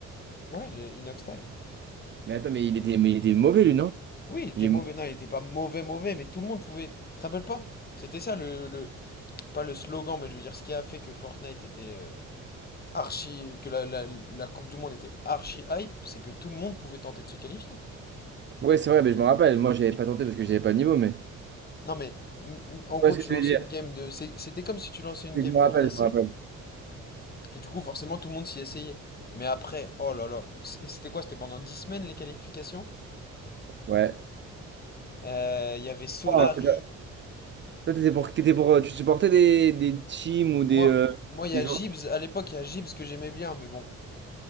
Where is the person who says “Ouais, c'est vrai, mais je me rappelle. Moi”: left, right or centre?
Right